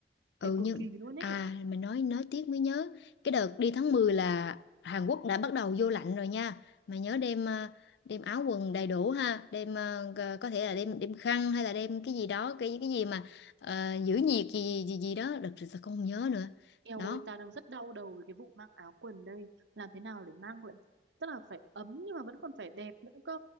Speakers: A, on the left (about 75°); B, on the right (about 90°).
A: Ừ,
B: đẹp cực
A: nhưng
B: kỳ luôn ấy
A: à mà nói nói tiếc mới nhớ cái đợt đi tháng 10 là Hàn Quốc đã bắt đầu vô lạnh rồi nha mà nhớ đem
B: Ừ.
A: à, đem áo quần đầy đủ ha đem à, g- có thể là đem đem khăn hay là đem cái gì đó cái cái gì mà ờ, giữ nhiệt gì gì gì đó đợt rồi sao con không nhớ nữa
B: eo
A: đó
B: ơi tao đang rất đau đầu với cái vụ mang áo quần đây làm thế nào để mang lại tức là phải ấm nhưng mà vẫn còn phải đẹp nữa cơ